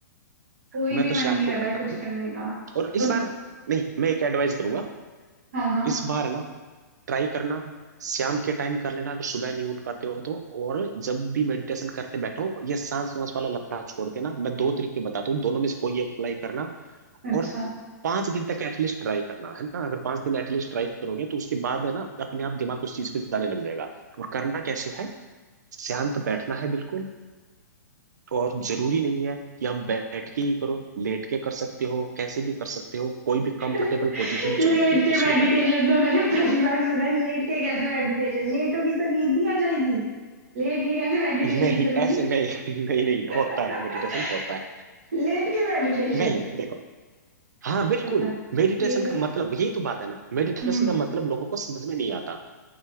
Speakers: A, on the right; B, on the right.
A: कोई
B: मैं
A: भी
B: तो
A: मन
B: शाम
A: नहीं कर
B: को करता
A: रहा है कुछ
B: हूँ
A: करने का
B: और इस
A: तो
B: बार नहीं मैं एक एडवाइस करूंगा
A: हाँ हाँ
B: इस बार ना ट्राई करना शाम के टाइम कर लेना अगर सुबह नहीं उठ पाते हो तो और जब भी मेडिटेशन करते बैठो ये सांस वांस वाला लफड़ा छोड़ देना मैं दो तरीके बताता हूँ दोनों में से कोई एक अप्लाई करना
A: अच्छा
B: और पांच दिन तक एटलीस्ट ट्राई करना है ना अगर पांच दिन एटलीस्ट ट्राई करोगे तो उसके बाद है ना अपने आप दिमाग उस चीज पे जाने लग जाएगा और करना कैसे है शांत बैठना है बिल्कुल और जरूरी नहीं है कि आप बैठ के ही करो लेट के कर सकते हो कैसे भी कर सकते हो कोई भी
A: <laughs>
B: कंफर्टेबल पोजीशन
A: लेट
B: जो लगे
A: के
B: उसमें
A: मेडिटेशन
B: बैठना है
A: तो मैंने पहली बार सुना है लेट के कैसे मेडिटेशन लेटोगी तो नींद भी आ जाएगी लेट के कैसे मेडिटेशन
B: नहीं
A: करूंगी
B: ऐसे नहीं <laughs> नहीं नहीं
A: <laughs>
B: होता है मेडिटेशन होता है
A: लेट के मेडिटेशन
B: नहीं देखो हाँ बिल्कुल
A: पता है
B: मेडिटेशन
A: ये
B: का
A: तो
B: मतलब यही तो बात है ना मेडिटेशन
A: हम्म
B: का मतलब लोगों को समझ में नहीं आता